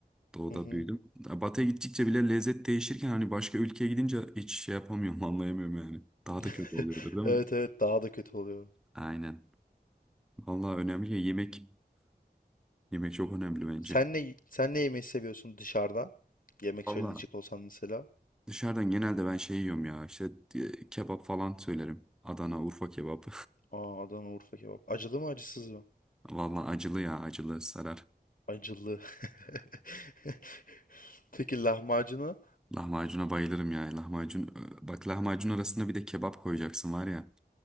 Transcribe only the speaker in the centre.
Doğuda
büyüdüm. Ya Batıya gittikçe bile lezzet değişirken hani başka ülkeye gidince hiç şey yapamıyorum <laughs> anlayamıyorum yani. Daha
da kötü oluyordur değil
mi?
Aynen. Vallahi önemli ya yemek. Yemek çok önemli bence.
Vallahi
dışarıdan genelde ben şey yiyorum ya işte e, kebap falan söylerim. Adana, Urfa kebabı.
<laughs> Vallahi acılı ya acılı sarar.
Lahmacuna bayılırım ya. Lahmacun. e, Bak lahmacun arasında bir de kebap koyacaksın var ya.